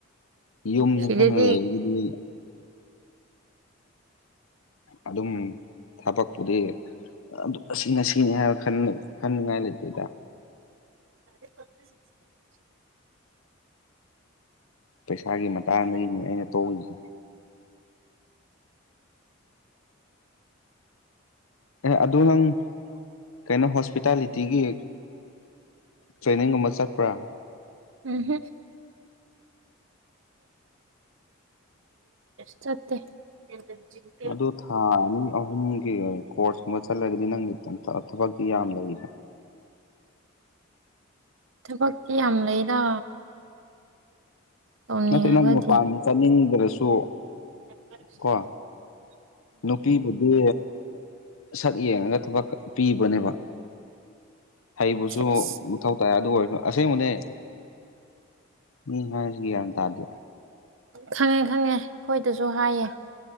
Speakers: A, on the left (about 80°); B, on the right (about 65°).
A: ꯌꯨꯝꯅꯤ
B: ꯁꯤꯗꯗꯤ
A: ꯈꯜꯅ ꯂꯩꯒꯗꯤ ꯑꯗꯨꯝ ꯊꯕꯛꯄꯨꯗꯤ ꯑꯗꯨ ꯑꯁꯤꯅ ꯁꯤꯅꯤ ꯍꯥꯏꯕ ꯀꯟꯅ ꯀꯟꯅ ꯉꯥꯏ ꯂꯩꯇꯗ
B: <inaudible>
A: ꯄꯩꯁꯥꯒꯤ ꯃꯇꯥꯡꯗꯒꯤꯅꯦ ꯑꯩꯅ ꯇꯧꯏꯁꯦ ꯑꯦ ꯑꯗꯨ ꯅꯪ ꯀꯩꯅꯣ ꯍꯣꯁꯄꯤꯇꯥꯂꯤꯇꯤꯒꯤ ꯇ꯭ꯔꯦꯅꯤꯡꯒꯨꯝꯕ ꯆꯠꯄ꯭ꯔꯥ
B: ꯎꯝꯝ ꯆꯠꯇꯦ <inaudible>
A: ꯑꯗꯨ ꯊꯥꯔꯥꯅꯤ ꯑꯍꯨꯝꯒꯤ ꯀꯣꯔꯁꯀꯨꯝꯕ ꯆꯠꯂꯒꯗꯤ ꯅꯪꯒꯤ ꯊꯕꯛꯇꯤ ꯌꯥꯝ ꯂꯩꯔꯤꯗ
B: ꯊꯕꯛꯇꯤ ꯌꯥꯝ ꯂꯩꯗ ꯇꯧꯅꯤꯡꯉꯒꯗꯤ
A: ꯅꯠꯇꯦ ꯅꯪ ꯃꯄꯥꯟ ꯆꯠꯅꯤꯡꯗ꯭ꯔꯁꯨ
B: <inaudible>
A: ꯀꯣ ꯅꯨꯄꯤꯕꯨꯗꯤ ꯁꯛ ꯌꯦꯡꯉꯒ ꯊꯕꯛ ꯄꯤꯕꯅꯦꯕ ꯍꯩꯕꯁꯨ
B: ꯁꯦꯁ
A: ꯃꯊꯧ ꯇꯥꯏ ꯑꯗꯨ ꯑꯣꯏꯔꯁꯨ ꯑꯁꯦꯡꯕꯅꯦ ꯃꯤ ꯍꯥꯏꯁꯤꯒꯅ ꯇꯥꯗꯦ
B: ꯈꯪꯉꯦ ꯈꯪꯉꯦ ꯑꯩꯈꯣꯏꯗꯁꯨ ꯍꯥꯏꯌꯦ